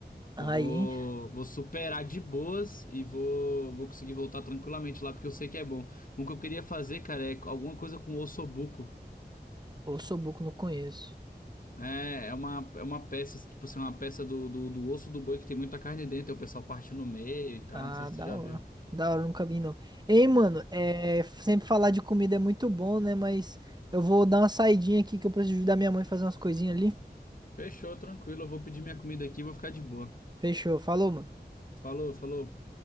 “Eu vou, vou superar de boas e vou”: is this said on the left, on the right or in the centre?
Left